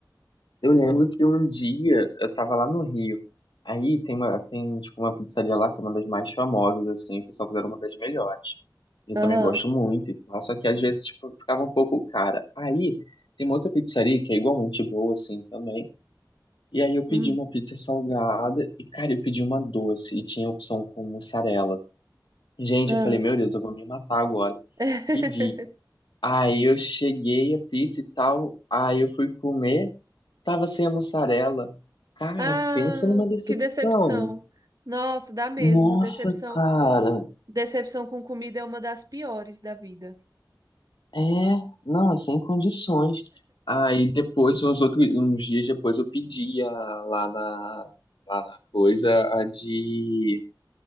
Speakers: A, on the left (about 80°); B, on the right (about 55°).
A: Eu lembro que um dia eu tava lá no Rio. Aí tem uma, tem, tipo, uma pizzaria lá que é uma das mais famosas, assim. O pessoal considera uma das melhores. Eu
B: Aham.
A: também gosto muito e tal. Só que às vezes, tipo, ficava um pouco cara. Aí tem uma outra pizzaria que é igualmente boa, assim, também. E aí eu pedi
B: Hum,
A: uma pizza salgada e, cara, eu pedi uma doce e tinha opção com mussarela. Gente,
B: ah.
A: eu falei, meu Deus, eu vou me matar agora.
B: <laughs>
A: Pedi. Aí eu cheguei a pizza e tal, aí eu fui comer, tava sem a mussarela. Cara,
B: Ah,
A: pensa numa decepção.
B: que decepção. Nossa, dá mesmo.
A: Nossa,
B: Decepção,
A: cara,
B: decepção com comida é uma das piores da vida.
A: é, não, é sem condições. Aí depois, uns outros, uns dias depois, eu pedi a- lá na, lá na coisa, a de